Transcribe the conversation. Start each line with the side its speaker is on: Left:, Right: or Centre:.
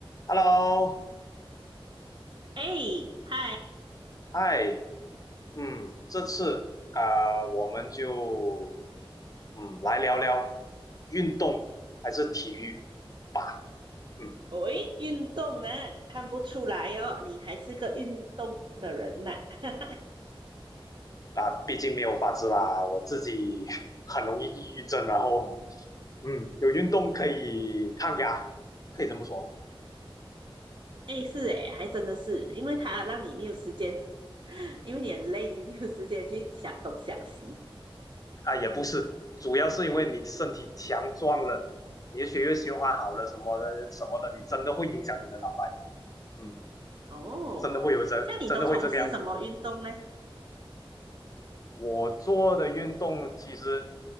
Left: Hello，
Right: 哎，嗨，
Left: 嗨，嗯，这次啊、呃我们就嗯来聊聊运动还是体育吧。嗯，
Right: 喂，运动啊，看不出来哦，你还是个运动的人呐、<laughs>
Left: 啊，毕竟没有法子啦，我自己 <laughs> 很容易抑郁症，然后嗯，有运动可以抗压，可以这么说
Right: 哎，是哎，还真的是，因为他让你没有时间，<laughs> 因为你很累，你没有时间去想东想西。
Left: 啊，也不是，主要是因为你身体强壮了，你的血液循环好了什么的什么的，你真的会影响你的脑袋，嗯，
Right: 哦，
Left: 真的会有这真的会这个样子。
Right: 像你都从事什么运动呢？
Left: 我做的运动其实，